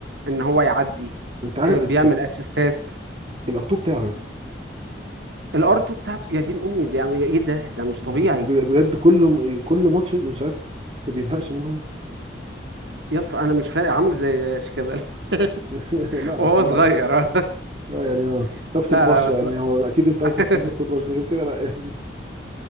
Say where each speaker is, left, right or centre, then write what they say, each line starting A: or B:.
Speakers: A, on the right; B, on the right.
A: ان هو يعدي
B: انت
A: آه،
B: عارف انت
A: بيعمل اسيستات
B: الارتو بتاعه يا اسطى
A: الار 2 بتاعته يا دين امي ده ايه ده ده مش
B: ب-
A: طبيعي
B: بجد كل م- كل ماتش مش عارف ما بيزهقش منهم
A: يا اسطى انا مش فاهم عامل زي شيكابالا
B: <laughs>
A: <laughs>
B: لا بس
A: وهو
B: لا
A: صغير
B: اه يعني اه
A: <laughs>
B: نفس
A: لا
B: البشره
A: لا بس
B: يعني هو اكيد انت قصدك في
A: <laughs>
B: نفس البشره غير كده لا يعني